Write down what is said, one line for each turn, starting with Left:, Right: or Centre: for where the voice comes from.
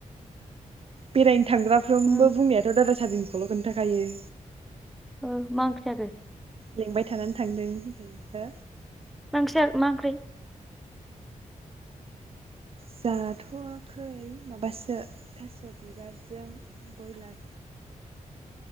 Right: बेरायनो थांग्राफ्रोमबो
Centre: उम
Right: बुंनायाथ' दादा सादिनिखौल' खोन्थाखायो।
Centre: ओम मा ओंख्रि जाखो?
Right: लेंबाय थानानै थांदों। हो
Centre: नोंसो मा ओंख्रै?
Right: जाथ'वाखै माबासो थास' बिबारजों बयलार।
Centre: <inaudible>